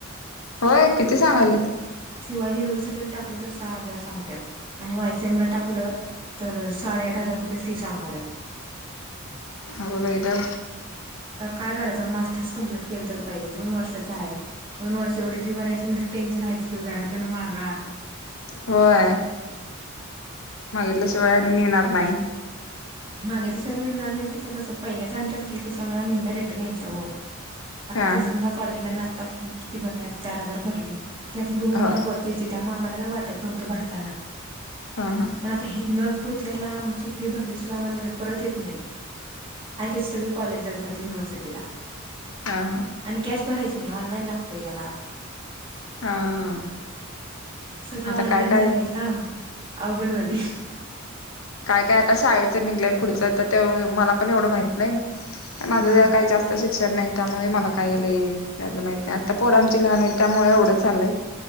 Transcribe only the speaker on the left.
होय किती सांगाले त?
अगं बाई ग.
होय. मागितल्याशिवाय आणि मिळणार नाही.
हा
हो
हा
हा हा
हा हा
हा
आता
काय काय
काय काय आता शाळेचं निगलंय पुढचं तर ते मला पण एवढं माहित नाय. माझं
काय जास्त शिक्षण नाय त्यामुळे मला काय लई त्यातलं माहित ते आता पोर आमची लहान आहेत त्यामुळे एवढं चाललंय.